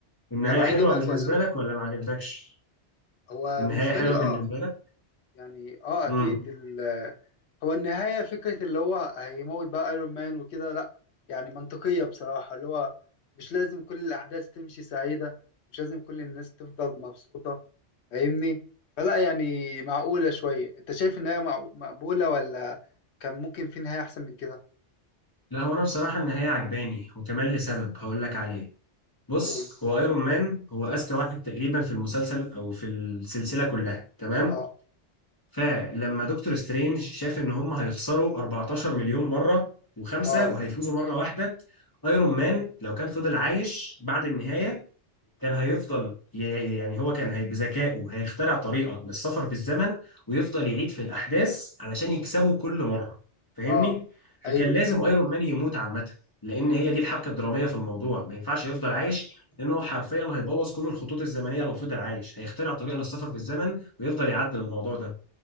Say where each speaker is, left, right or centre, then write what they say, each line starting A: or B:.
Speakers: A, on the left (about 20°); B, on the left (about 70°).
A: النهاية
B: طب هيجيبك
A: حلوة بالنسبة
B: ولا
A: لك ولا ما عجبتكش؟
B: هو
A: النهاية
B: بالنسبه
A: حلوة
B: لي اه
A: بالنسبة لك؟
B: يعني اه اكيد
A: امم
B: ال- هو النهايه فكره اللي هو هيموت بقى ايرون مان وكده لا يعني منطقيه بصراحه اللي هو مش لازم كل الاحداث تمشي سعيده مش لازم كل الناس تفضل مبسوطه فاهمني فلا يعني معقولة شوية انت شايف ان هي مع- مقبولة ولا كان ممكن في نهاية احسن من كده
A: لا هو أنا بصراحة النهاية عجباني وكمان لسبب هقول لك عليه بص
B: قول
A: هو ايرون مان هو اذكى واحد تقريبا في المسلسل او في السلسله كلها تمام
B: اه
A: فلما دكتور سترينج شاف ان هم هيخسروا 14 مليون مره وخمسه
B: اه
A: وهيفوزوا مره واحده ايرون مان لو كان فضل عايش بعد النهايه كان هيفضل ي- يعني هو كان هي بذكائه هيخترع طريقة للسفر بالزمن ويفضل يعيد في الأحداث علشان يكسبه كل مرة فاهمني؟
B: اه ايوه
A: فكان لازم ايرون مان يموت عامة لأن هي دي الحبكة الدرامية في الموضوع ما ينفعش يفضل عايش لأنه حرفيا هيبوظ كل الخطوط الزمنية لو فضل عايش هيخترع طريقة للسفر بالزمن ويفضل يعدل الموضوع ده